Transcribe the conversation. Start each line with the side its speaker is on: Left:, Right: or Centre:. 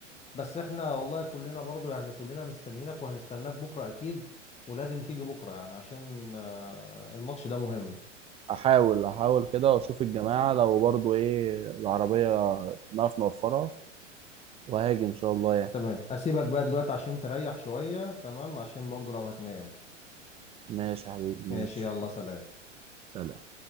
Left: بس احنا والله كلنا برضو يعني كلنا مستنيينك وهنستناك بكرة اكيد ولازم تيجي بكرة يعني عشان آه، الماتش ده مهم
Right: أحاول أحاول كده وأشوف الجماعة لو برضه إيه العربية نعرف نوفرها وهاجي إن شاء الله يعني
Left: تمام اسيبك بقى دلوقتي عشان تريح شوية تمام عشان برضو لو هتنام
Right: ماشي يا حبيبي
Left: ماشي
Right: ماشي
Left: يلا سلام
Right: سلام